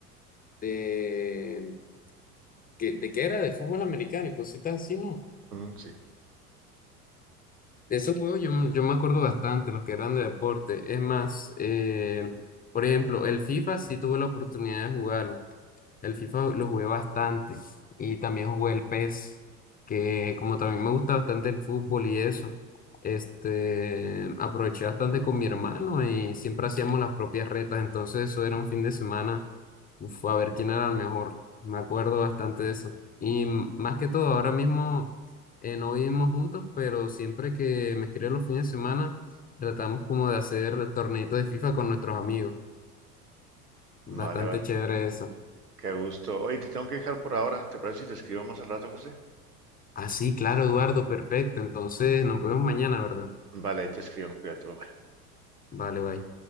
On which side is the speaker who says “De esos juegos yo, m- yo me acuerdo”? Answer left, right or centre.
Left